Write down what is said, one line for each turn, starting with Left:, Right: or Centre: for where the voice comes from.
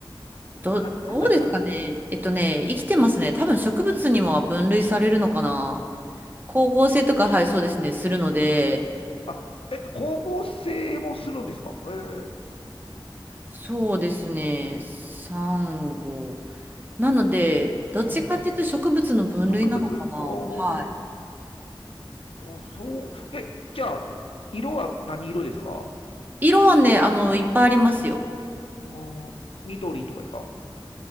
Right: ど、
Left: な、
Right: どうですかね。
Left: なんなんですか
Right: えっとね、生きてますね。多分植物にも分類されるのかな。光合成とか、はい、そうですね、するので、
Left: あ、えっと、光合成もするんですかえー、
Right: そうですね、サンゴ。なので、どっちかっていうと植物の分類なのかな。
Left: おー植物。ほー、
Right: はい。
Left: おそう。え、じゃあ、色は何色ですか
Right: 色はね、あの、いっぱいありますよ。
Left: うーん、緑とかですか